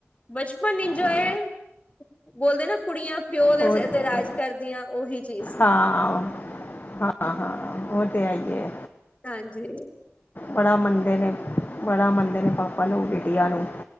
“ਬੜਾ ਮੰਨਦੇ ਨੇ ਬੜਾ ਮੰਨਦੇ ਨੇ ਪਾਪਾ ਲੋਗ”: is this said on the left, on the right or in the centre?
Left